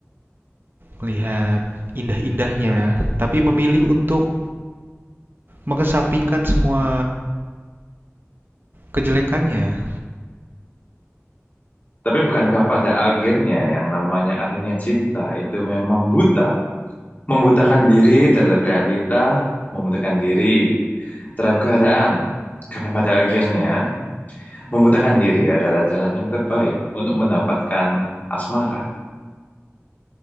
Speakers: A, on the right (about 45°); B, on the left (about 35°).
A: melihat indah-indahnya, tapi memilih untuk mengesampingkan semua kejelekannya.
B: Tapi bukankah pada akhirnya yang namanya artinya cinta itu memang buta, membutakan diri terhadap realita, membutakan diri terhadap keadaan. Karena pada akhirnya membutakan diri adalah jalan yang terbaik untuk mendapatkan asmara.